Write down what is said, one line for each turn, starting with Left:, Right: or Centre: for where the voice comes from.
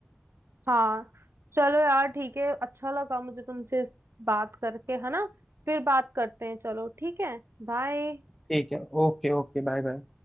Right: हाँ चलो यार ठीक है अच्छा लगा मुझे तुमसे इस बात करके है ना फिर बात करते हैं चलो ठीक है बाय
Centre: ठीक है ओके ओके बाय बाय